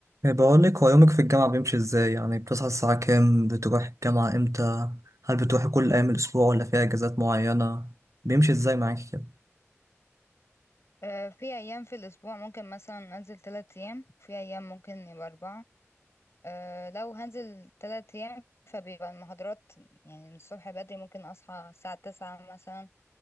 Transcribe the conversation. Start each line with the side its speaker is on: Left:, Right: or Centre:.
Right: بقول لك هو يومك في الجامعة بيمشي ازاي يعني بتصحى الساعة كام بتروح الجامعة امتى هل بتروحي كل أيام الأسبوع ولا في أجازات معينة بيمشي ازاي معاكي كده
Left: آه، في أيام في الأسبوع ممكن مثلا أنزل تلات أيام في أيام ممكن يبقى أربعة أه لو هنزل تلات أيام فبيبقى المحاضرات يعني من الصبح بدري ممكن أصحى الساعة تسعة مثلا